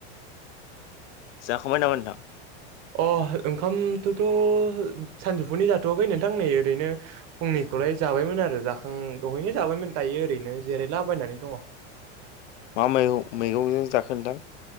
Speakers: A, on the left; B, on the right.
A: जाखांबाय नामा नोंथां।
B: अ ओंखामथ'थ' सानजौफुनि जाथ'वाखै नोंथां नै ओरैनो फंनि खौलाय जाबायमोन आरो जाखां दहैनो जाबायमोन दायो ओरैनो जेरैलाबायनानै दङ।
A: मा मैगं मैगंजों जाखो नोथां।